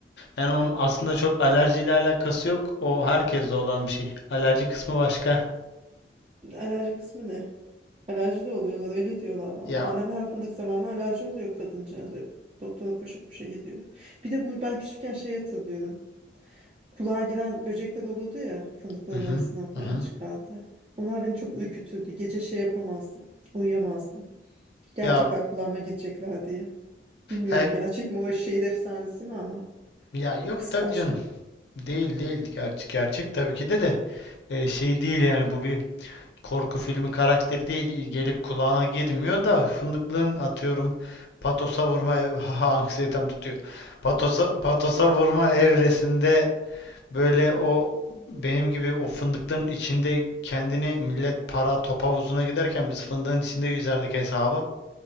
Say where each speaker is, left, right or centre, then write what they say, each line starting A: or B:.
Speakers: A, on the left; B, on the right.
A: Yani onun aslında çok alerjiyle alakası yok. O herkeste olan bir şey. Alerji kısmı başka.
B: Alerji kısmı ne? Alerji de oluyorlar öyle diyorlar valla.
A: Ya
B: Annem her fındık zamanı alerji oluyor kadıncağız. Öyle Doktora koşa koşa gidiyor. Bir de bu ben küçükken şey hatırlıyorum. Kulağa giren böcekler olurdu ya fındıkların
A: hı hı,
B: arasından falan
A: hı hı.
B: çıkardı. Onlar beni çok ürkütürdü. Gece şey yapamazdım. Uyuyamazdım. Gerçekten
A: Ya
B: kulağıma girecekler diye. Bilmiyorum
A: he-
B: gerçek mi o şehir efsanesi mi ama
A: ya yok
B: kıskaçlı.
A: tabii canım. Değil değil. Gerçek, gerçek tabii ki de de E, şey değil yani bu bir korku filmi karakteri değil gelip kulağına girmiyor da fındıklığın atıyorum patosa vurma ev- <laughs> haha anksiyetem tutuyor. Patosa patosa vurma evresinde böyle o benim gibi o fındıklığın içinde kendini millet para top havuzuna giderken biz fındığın içinde yüzerdik hesaba.